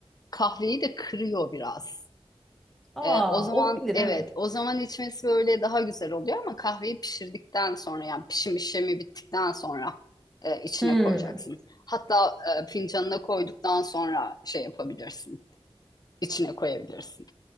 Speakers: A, on the left; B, in the centre.
A: kahveyi de kırıyor biraz.
B: Aa
A: Ee, o zaman
B: olabilir
A: evet,
B: evet.
A: o zaman içmesi böyle daha güzel oluyor ama kahveyi pişirdikten sonra yani pişim işlemi bittikten sonra e, içine
B: Hmm.
A: koyacaksın. Hatta e, fincanına koyduktan sonra şey yapabilirsin, içine koyabilirsin.